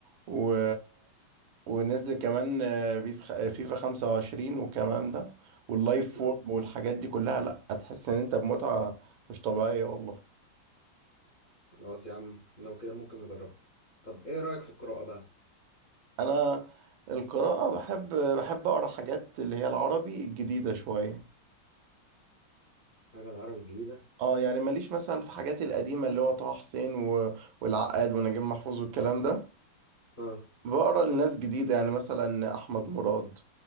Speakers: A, on the right; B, on the left.
A: و... ونزل كمان آه، بيس خ... فيفا 25 والكلام ده واللايف
B: مم.
A: فورم والحاجات دي كلها لا هتحس ان انت بمتعه مش طبيعيه والله
B: خلاص يا عم لو كده ممكن اجربها طب ايه رايك في القراءه بقى
A: انا القراءة بحب بحب اقرا حاجات اللي هي العربي الجديدة شوية
B: حاجه العربي الجديده
A: اه يعني ماليش مثلا في حاجات القديمة اللي هو طه حسين و... والعقاد ونجيب محفوظ والكلام ده
B: اه
A: بقرا لناس جديدة يعني مثلا احمد مراد